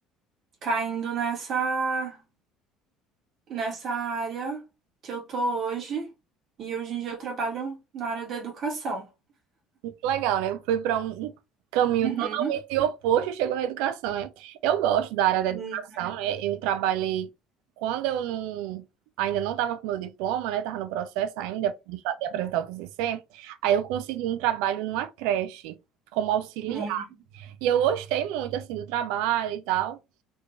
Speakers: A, on the right (about 50°); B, on the right (about 65°).
A: caindo nessa, nessa área que eu tô hoje, e hoje em dia eu trabalho na área da educação.
B: Muito legal, né? Eu fui para um um caminho
A: Uhum.
B: totalmente oposto e chegou na educação, né? Eu gosto da área da
A: Uhum.
B: educação, né? Eu trabalhei quando eu não ainda não estava com meu diploma, né? estava no processo ainda de, fa- de apresentar o TCC. Aí eu consegui um trabalho numa creche como auxiliar.
A: Uhum.
B: E eu gostei muito assim do trabalho e tal.